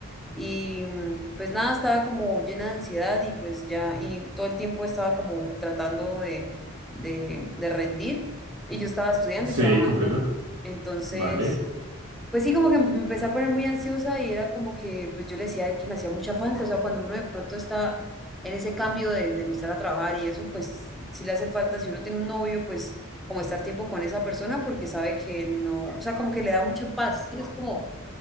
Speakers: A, in the centre; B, on the right.
A: Y mm, pues nada, estaba como llena de ansiedad y pues ya, y todo el tiempo estaba como tratando de, de, de rendir y yo estaba estudiando
B: Sí,
A: y trabajando.
B: comprendo.
A: Entonces,
B: Vale.
A: pues sí, como que me empecé a poner muy ansiosa y era como que pues yo le decía que me hacía mucha falta, o sea, cuando uno de pronto está en ese cambio de, de empezar a trabajar y eso, pues sí le hace falta, si uno tiene un novio, pues como estar tiempo con esa persona porque sabe que no, o sea, como que le da mucha paz, sí, es como